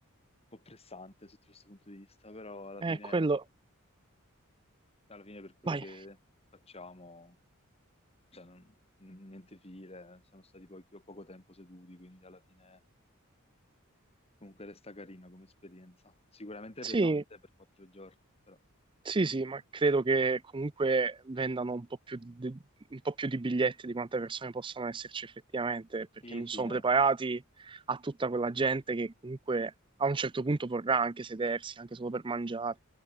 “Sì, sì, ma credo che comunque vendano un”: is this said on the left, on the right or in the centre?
Right